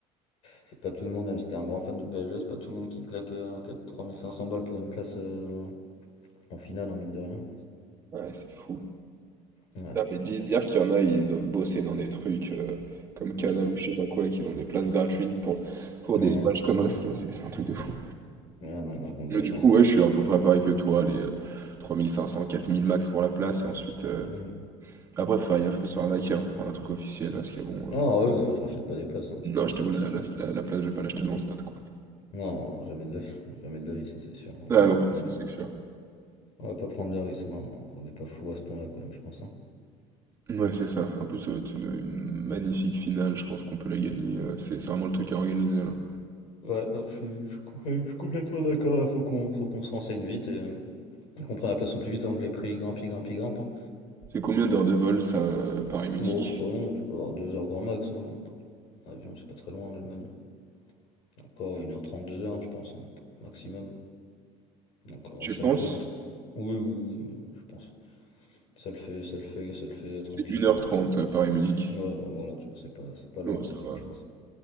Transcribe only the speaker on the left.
C'est pas tout le monde, même si t'es un grand fan du PSG, c'est pas tout le monde qui claque euh, quatre- 3500 balles pour une place euh, en finale, hein, mine de rien.
Ouais,
donc.
euh,
Ouais,
Ouais, non, il y en a qui ont de
la
chance,
hein,
franchement.
Non,
non, Ah, oui, non, je rachète pas des places, hein, ça
c'est sûr
et
certain.
Non, jamais de la jamais de l'œil, ça c'est sûr. On
va pas
prendre
le,
on va pas prendre le risque, non. On n'est pas fou à ce point-là quand même, je pense. hein.
Ouais, non, je suis, je suis complè- je suis complètement d'accord. Faut qu'on, faut qu'on se renseigne vite et euh, qu'on prenne la place au plus vite avant que les prix grimpent, ils grimpent, ils grimpent. hein.
Bon, c'est pas long, tu peux avoir deux heures grand max. Hein. En Avion, c'est pas très loin, l'Allemagne. hein. Encore une heure trente, deux heures, je pense, hein, maximum. Donc en vrai,
ça
le fait. hein, je- Oui, oui, oui, oui, je pense. Ça le fait, ça le fait, ça le fait tranquille,
je pense.
Ouais, bah voilà, tu vois, c'est pas, c'est pas loin,
donc franchement.